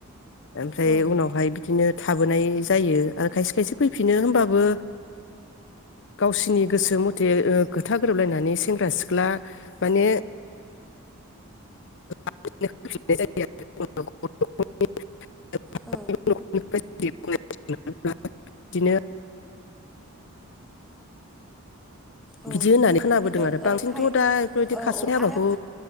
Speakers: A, on the left; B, in the centre.
A: ओमफ्राय
B: औ
A: उनावहाय बिदिनो था बोनाय जायो आरो खायसे खायसे फैफिनो होमबाबो गावसिनि गोसो मथे ओ खोथा गोरोबलायनानै सेंग्रा सिख्ला माने <unintelligible> <unintelligible> <unintelligible>
B: औ
A: बिदिनो
B: औ
A: बिदि होननानै खोनाबोदों
B: खिन्थु
A: आरो
B: ओ
A: बांसिनथ'
B: खाय
A: दा बेफोरबायदि
B: औ
A: खारस'नाय हाबाखौ
B: आरो